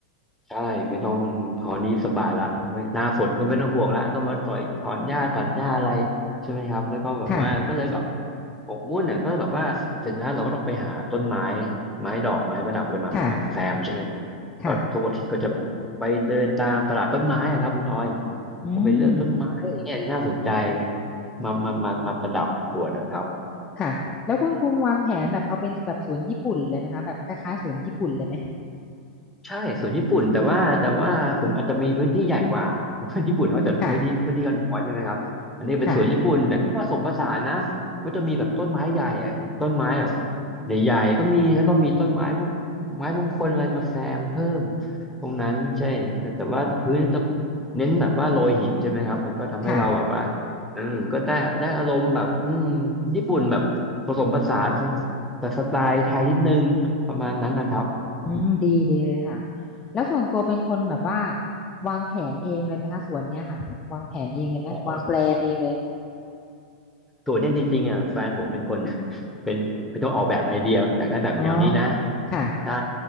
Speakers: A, in the centre; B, on the left (about 15°).
A: ใช่ไม่ต้องคราวนี้สบายละไม่หน้าฝนก็ไม่ต้องห่วงละต้องมาต่อยถอนหญ้าตัดหญ้าอะไรใช่ไหมครับแล้วก็แบบว่าก็เลยแบบ
B: ค่ะ
A: หมกมุ่นเนี่ยก็แบบว่าเสร็จแล้วเราก็ต้องไปหาต้นไม้ไม้ดอกไม้ประดับอะไรมามาแซมใช่ไหม
B: ค่ะค่ะ
A: ก็ทุกอาทิตย์ก็จะไปเดินตามตลาดต้นไม้อะครับคุณออย
B: อืม
A: ก็ไปเลือกต้นไม้อย่างเงี้ยน่าสนใจมามามามาประดับสวนนะครับ
B: ค่ะแล้วคุณคุงวางแผนแบบเอาเป็นแบบสวนญี่ปุ่นเลยไหมคะแบบคล้ายๆสวนญี่ปุ่นเลยไหม
A: ใช่ส่วนญี่ปุ่นแต่ว่าแต่ว่าผมอาจจะมีพื้นที่ใหญ่กว่า <laughs> เพราะว่าญี่ปุ่นเขาจะพื้นที่พื้นที่กันน้อยใช่ไหมครับอันนี้เป็นสวนญี่ปุ่นแต่ก็ผสมผสานนะ
B: ค่ะค่ะ
A: ก็จะมีแบบต้นไม้ใหญ่อะต้นไม้แบบใหญ่ๆก็มีแล้วก็มีต้นไม้พวกไม้มงคลอะไรมาแซมเพิ่มตรงนั้นใช่แต่แต่ว่าพื้นจะเน้นแบบว่าโรยหินใช่ไหมครับมันก็ทำให้เราแบบว่า
B: ค่ะ
A: อืมก็ได้ได้อารมณ์แบบอืมญี่ปุ่นแบบผสมผสานแต่สไตล์ไทยนิดนึงประมาณนั้นนะครับ
B: อืมดีดีเลยค่ะแล้วส่วนตัวเป็นคนแบบว่าวางแผนเองเลยไหมคะสวนเนี้ยค่ะวางแผนเองเลยไหมวางแปลนเองเลย
A: อ๋อ ส่วนเนี้ยจริงๆอ่ะแฟนผมเป็นคน <laughs> เป็นเป็นคนออกแบบไอเดียอยากได้แบบแนวนี้นะ
B: อ๋อค่ะ
A: ใช่